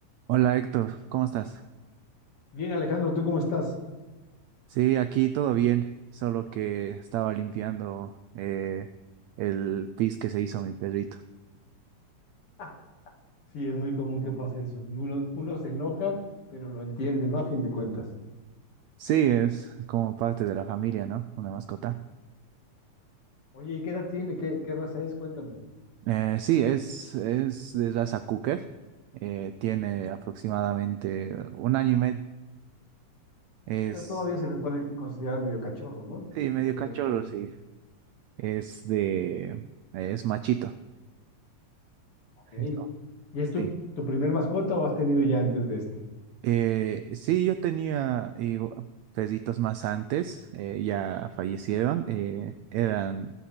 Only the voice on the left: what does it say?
Bien, Alejandro, ¿tú cómo estás?
Ah, Sí, es muy común que pase eso. Y uno, uno se enoja, pero lo entiende, ¿no? A fin de cuentas.
Oye, ¿y qué edad tiene? ¿Qué, qué raza es? Cuéntame.
Bueno,
todavía se le puede considerar medio cachorro, ¿no?
Todavía,
por eso.
Ok.
¿Y es
tu, tu primer mascota o has tenido ya antes de este?